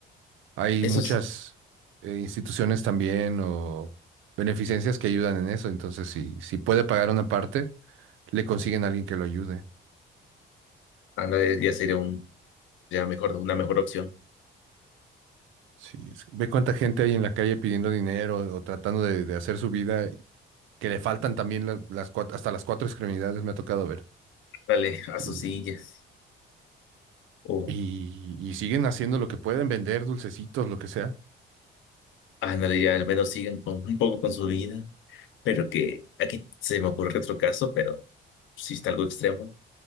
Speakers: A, on the right; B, on the left.
A: Hay
B: eso
A: muchas
B: sí,
A: eh, instituciones también o beneficencias que ayudan en eso, entonces si, si puede pagar una parte, le consiguen a alguien que lo ayude.
B: ándale, ya sería un, ya mejor, una mejor opción.
A: Sí, es- ve cuánta gente hay en la calle pidiendo dinero o tratando de de hacer su vida que le faltan también la- las cuat- hasta las cuatro extremidades me ha tocado ver.
B: Dale a
A: Y,
B: sus sillas, o
A: y- y siguen haciendo lo que pueden, vender dulcecitos, lo que sea.
B: ándale, ya al menos siguen con, un poco con su vida, pero que aquí se me ocurre otro caso, pero sí está algo extremo.